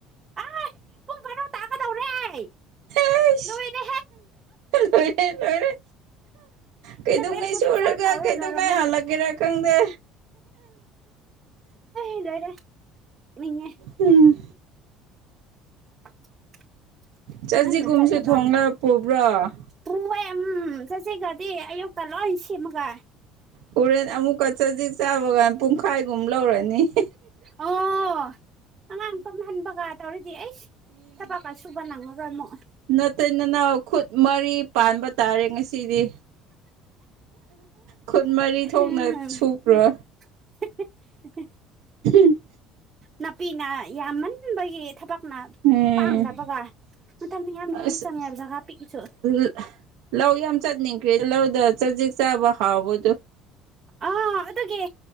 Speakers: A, on the right; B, on the right.
A: ꯑꯩ ꯄꯨꯡ ꯕꯥꯔꯣ ꯇꯥꯀꯗꯧꯔꯦ
B: ꯑꯁ
A: ꯅꯣꯏꯅꯦ
B: ꯂꯣꯏꯔꯦ ꯂꯣꯏꯔꯦ ꯀꯩꯗꯉꯩ
A: ꯏꯂꯚꯦꯟ ꯐꯣꯔꯇꯤ
B: ꯁꯨꯔꯒ
A: ꯐꯣꯔ ꯇꯧꯔ
B: ꯀꯩꯗꯧꯉꯩ
A: ꯂꯩꯔꯝꯃꯦ
B: ꯍꯜꯂꯛꯀꯦꯔꯥ ꯈꯪꯗꯦ
A: ꯑ <unintelligible> ꯃꯤꯉ <unintelligible>
B: ꯎꯝ
A: <unintelligible>
B: ꯆꯖꯤꯛꯒꯨꯝꯁꯨ
A: ꯉꯜꯅ‌ ꯆꯠꯂꯒ
B: ꯊꯣꯡꯂ ꯄꯨꯕ꯭ꯔꯣ
A: ꯎꯝ ꯆꯠꯁꯤꯒꯗꯤ ꯑꯌꯨꯛꯇ ꯂꯣꯏ ꯁꯦꯝꯃꯒ
B: ꯀꯔꯦꯟ ꯑꯃꯨꯛ ꯀ ꯆꯖꯤꯛ ꯆꯥꯕꯒꯥꯟ ꯄꯨꯡꯈꯥꯏꯒꯨꯝ ꯂꯧꯔꯅꯤꯪ
A: ꯑꯣ ꯑꯉꯥꯡ ꯇꯝꯍꯟꯕꯒ ꯇꯧꯔꯗꯤ ꯑꯩꯁ ꯊꯕꯛꯀ ꯁꯨꯕ ꯅꯪꯉꯒ ꯑꯃꯛ
B: ꯅꯠꯇꯗꯅ ꯈꯨꯠ ꯃꯔꯤ ꯄꯥꯟꯕ ꯇꯥꯔꯦ ꯉꯁꯤꯗꯤ ꯈꯨꯟ ꯃꯔꯤ ꯊꯣꯛꯅ
A: ꯎꯝ
B: ꯁꯨꯕ꯭ꯔꯣ
A: <inaudible>
B: ꯎꯝ
A: ꯅꯄꯤꯅꯥ ꯌꯥꯝꯃꯟꯕꯒꯤ ꯊꯕꯛꯅ
B: ꯎꯝ
A: ꯄꯥꯡꯗꯕꯒ ꯃꯇꯝꯌꯥꯝ ꯌꯥꯝꯌꯥꯝ
B: ꯑꯁ
A: ꯆꯪꯉꯦꯕ ꯖꯒꯥ ꯄꯤꯛꯏꯁꯨ
B: <inaudible> ꯂꯧ ꯌꯥꯝ ꯆꯠꯅꯤꯡꯈ꯭ꯔꯦ ꯂꯧꯗ ꯆꯖꯤꯛ ꯆꯥꯕ ꯍꯥꯎꯕꯗꯨꯣ
A: ꯑꯥ ꯑꯗꯨꯒꯤ